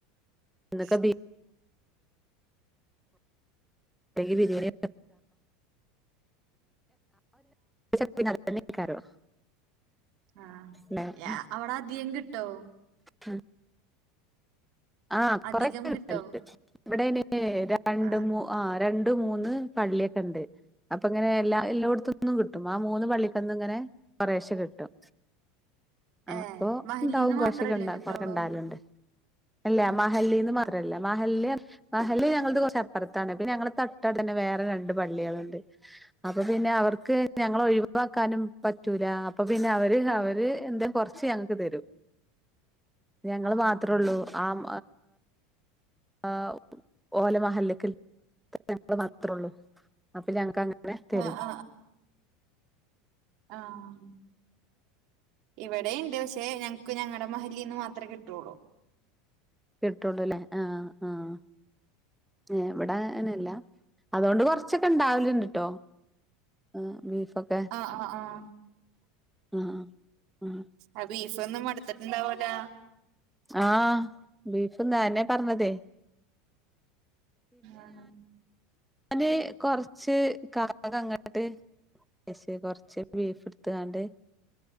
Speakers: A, on the right; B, in the centre.
A: ഹ
B: ന്നൊക്കെ ബീ ബിരിയാണി <unintelligible> <unintelligible>
A: ആഹ്
B: ല്ലേ.
A: ഞാ അവിടെ അധികം കിട്ടോ
B: ഉ ആഹ്
A: അധികം
B: കൊറക്കെ കിട്ടൽണ്ട്
A: കിട്ടോ
B: ഇവിടെയ്ൻ രണ്ട്
A: ആഹ്
B: മൂ ആഹ് രണ്ട് മൂന്ന് പള്ളിയൊക്കെ ണ്ട് അപ്പങ്ങനെ എല്ലാ എല്ലാടത്തൊന്നും കിട്ടും ആ മൂന്ന് പള്ളിക്കന്നും ഇങ്ങനെ കൊറെശെ കിട്ടും
A: ഏഹ്
B: അപ്പൊ
A: മഹല്ലിന്ന്
B: ഉണ്ടാവും
A: മാത്രല്ലേ
B: കൊർശോക്കെ ഉണ്ട
A: കിട്ടുള്ളൂ
B: കൊറക്ക ണ്ടാലുണ്ട് അല്ല മഹല്ലിന്ന് മാത്രല്ല മഹല്ല് മഹല്ല് ഞങ്ങളത് കുറച്ച് അപ്പറ താണ് പിന്നെ ഞങ്ങളെ തൊട്ടടുത്ത് തന്നെ വേറെ രണ്ട് പള്ളികളുണ്ട് അപ്പൊ പിന്നെ അവർ ക്ക്
A: ആഹ്
B: ഞങ്ങള ഒഴിവാക്കാനും പറ്റൂല അപ്പൊ പിന്നെ അവര് അവര് എന്തേ കുറച്ച് ഞങ്ങക്ക് തരും ഞങ്ങള്
A: ആഹ്
B: മാത്രള്ളൂ ആം ആഹ് ഓലമഹല്ല്ക്കിൽ ഞങ്ങള് മാത്രള്ളൂ അപ്പ ഞങ്ങക്ക് അങ്ങനെ തരും
A: ആഹ് ആം ഇവിടെണ്ട് പക്ഷെ ഞങ്ങക്ക് ഞങ്ങളുടെ മഹലിന്ന് മാത്രേ കി ട്ടോളൂ
B: കിട്ടുള്ളൂല്ലേ ആഹ് ആഹ് പിന്നെ ഇവടെ അങ്ങനെയല്ല അതുകൊണ്ട് കൊറച്ചൊക്കെ ഉണ്ടാവലുണ്ട്ട്ടോ അ ബീഫൊക്കെ
A: ആഹ് ആഹ് ആഹ്
B: ആഹ് ആഹ്
A: ആഹ് ബീഫ്ന്ന് മട്ത്ട്ട്ണ്ടാവെലാ
B: ആഹ് ബീഫ്ന്ന് അയന്നെ പർണതേ
A: ആഹ്
B: അത് കൊറച്ച് ക <unintelligible> അങ്ങട്ട് പക്ഷേ കൊർച്ച് ബീഫ്ട്ത്ത്കാണ്ട്